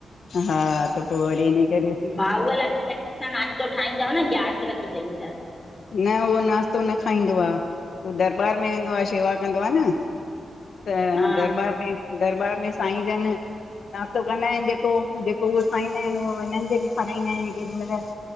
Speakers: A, on the left (about 65°); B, on the left (about 15°).
A: हा त पो वरी इन करे।
B: भाऊअ लाइ अलॻि सां नाश्तो ठाहींदव न ग्यारस रखी अथईं त।
A: न उहो नाास्तो न खाईंदो आ उहो दरबार में वेंदो आ सेवा कंदो आहे न। त
B: हा
A: दरबार में दरबार में साईं जन। नाश्तो कंदा आहिन जेको जेको उह खाईंदा आहिन उहो हिनन जे बि खाराईंदा आहिन केॾी महल।